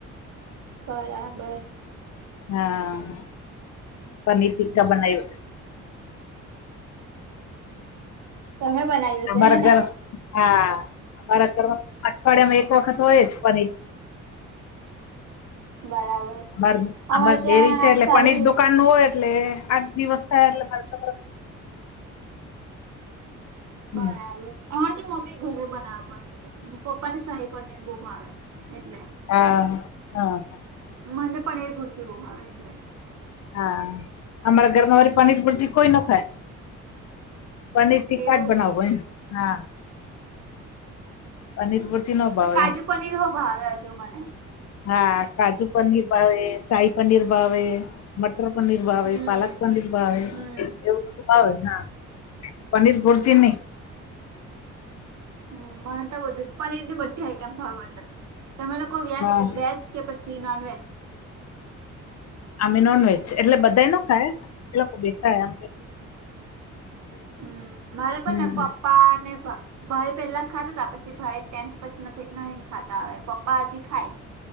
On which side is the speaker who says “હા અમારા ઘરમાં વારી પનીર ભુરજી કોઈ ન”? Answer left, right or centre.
Left